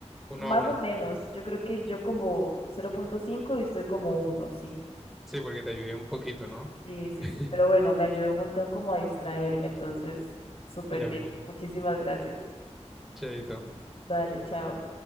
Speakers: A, in the centre; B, on the left.
A: uno
B: más
A: a uno.
B: o menos, yo creo que yo como cero punto cinco y usted como uno sí.
A: Sí, porque te ayudé un poquito, ¿no?
B: Sí, sí,
A: <laughs>
B: sí. Pero bueno, me ayudó un montón como a distraerme, entonces súper
A: Y a
B: bien.
A: mí,
B: Muchísimas gracias.
A: chaito.
B: Dale, chao.